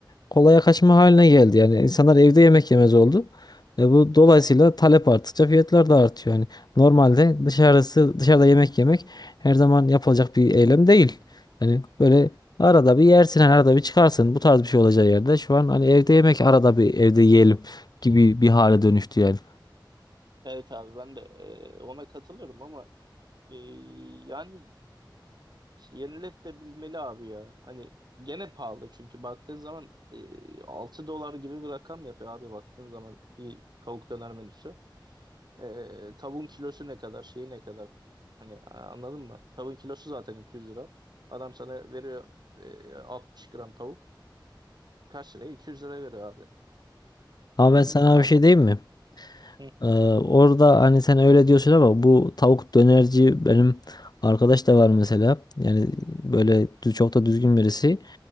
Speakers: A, on the left; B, on the right.
A: kolaya kaçma haline geldi. Yani insanlar evde yemek yemez oldu. E bu dolayısıyla talep arttıkça fiyatlar da artıyor. Yani normalde dışarısı dışarıda yemek yemek her zaman yapılacak bir eylem değil. Yani böyle arada bir yersin, hani arada bir çıkarsın. Bu tarz bir şey olacağı yerde şu an hani evde yemek arada bir evde yiyelim gibi bir hale dönüştü yani.
B: Evet abi ben de e, ona katılıyorum ama e, yani yenilebilmeli abi ya. Hani gene pahalı çünkü baktığın zaman e, 6 dolar gibi bir rakam yapıyor abi baktığın zaman bir tavuk döner menüsü. E, tavuğun kilosu ne kadar şeyi ne kadar hani a- anladın mı? Tavuğun kilosu zaten 200 lira. Adam sana veriyor e, 60 gram tavuk. Kaç liraya? 200 lira veriyor abi.
A: Ama
B: Anladın
A: ben sana
B: mı? An
A: bir şey diyeyim mi?
B: Hı,
A: Ee, orada hani sen öyle diyorsun ama bu tavuk dönerci benim arkadaş da var mesela. Yani böyle dü- çok da düzgün birisi.